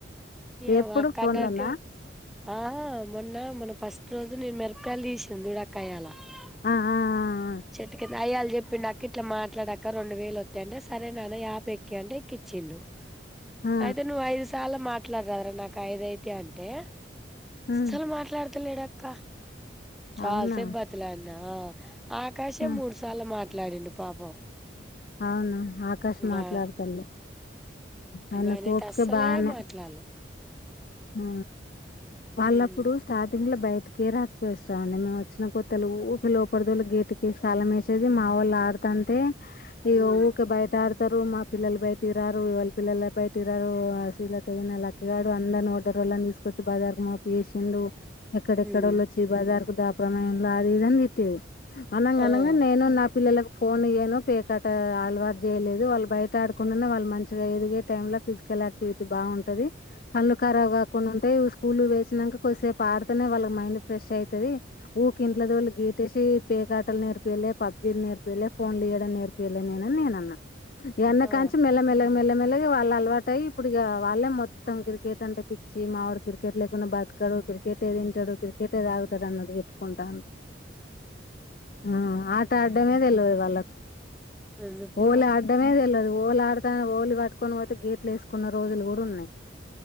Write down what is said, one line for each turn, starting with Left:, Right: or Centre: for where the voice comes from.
Centre: ఏమో
Left: ఎప్పుడు
Centre: అక్క
Left: ఫోన్
Centre: అన్నాక
Left: లోన
Centre: ఆ మొన్న మన ఫస్ట్ రోజు నేను మి <unintelligible>
Left: ఆ ఆ ఆ
Centre: చెట్టు కిం అయ్యల చెప్పిండు అక్క ఇట్లా మాట్లాడక్క రెండు వేలు వత్తయంట సరేనాన్న యాప్ ఎక్కి అంటే ఎక్కిచ్చిండు
Left: ఆ ఆ
Centre: అయితే నువ్ ఐదు సాళ్ల మాట్లాడరాదు రా నాకు ఐదైతయింటే
Left: ఆ
Centre: అసలు మాట్లాడతలేడ ఆక్ క్క చాల్
Left: అవునా
Centre: సేపు బతిలాడ నా ఆకాశే
Left: ఆ
Centre: మూడు సార్లు మా మాట్లాడిండు పాపం
Left: అవును ఆకాష్
Centre: ఇంగా
Left: మాట్లాడుతాడులే అయనకు
Centre: ఇంగ ఆయనైతే
Left: ఓపికా
Centre: అస్సలే
Left: బానే
Centre: మాట్లాడలే
Left: ఆ వాళ్ళప్పుడు
Centre: ఉమ్
Left: స్టార్టింగ్ లో బయటికే రాక్ పిలుస్తమండి మేము వచ్చిన కొత్తల ఊకె లోపలిదోలి గేటు కేసి తాలం వేసేది మా వాళ్ళు ఆడు తంటే ఇగ
Centre: ఉమ్
Left: ఊకె బయట ఆడ ఆడతారు మా పిల్లలు బయటకిరారు ఇగ వాళ్ళ పిల్లల బయటకిరారు ఆ శ్రీలత గిన లక్కీ గాడు అందరిని కో ఉద్దోరోలన్నీ తీసుకొచ్చి బజారు మోపు చేసిండు ఎక్కడెక్కడ
Centre: ఉమ్
Left: ఒళ్లు వచ్చి బజార్ దాపురం అయిళ్ళూ అది ఇది అని తిట్టేది అనంగ
Centre: ఆ
Left: అనంగా నేను నా పిల్లల ఫోన్ ఇయ్యాను పేకట అలవాటు చేయలేదు వాళ్ళు బయట ఆడుకుంటేనే వాళ్ళు మంచిగా ఎదిగే టైం లనే ఫిజికల్ యాక్టివిటీ బాగుంటది ఆ కరాబు కాకుండ ఉంటాయి స్కూలు వేసినంక కొద్సేపు ఆడుతేనే వాళ్ళ మైండ్ ఫ్రెష్ అయి తది ఊకె ఇంట్లో తోలి గేట్ ఏసీ పేకాటల్ నేర్ ర్పియలే పబ్జీలు నేర్పియలే ఫోన్లు ఇయడం నేర్పియలే నేనని నేన అన్నా ఇగ అన్నాకాంచీ
Centre: ఆ
Left: మెల్ల మెల్ల గా మెల్లమెల్లగా వాళ్ళు అలవాటు అయ్యి ఇప్పుడు ఇగ వాళ్ళే మొత్తం క్రికెట్ అంటే పిచ్చి మావాడు క్రికెట్ లేకుండా బ్రతకాడు క్రికెట్ ఏది తంటాడు క్రికెట్ ఏది ఆగుతాడు అన్నట్డు చెప్పుకుంటాడు ఆ ఆట ఆడ్ డమే తెలవదు వాళ్ళలకు
Centre: ఎందుకు తెలవదు
Left: హోలీ ఆడ్డంమే తెల్వదు హోలీ ఆడుతాని హోలీ పటుకొని పోతే గేట్లు వేసుకున్న రోజులు కూడా ఉన్నాయి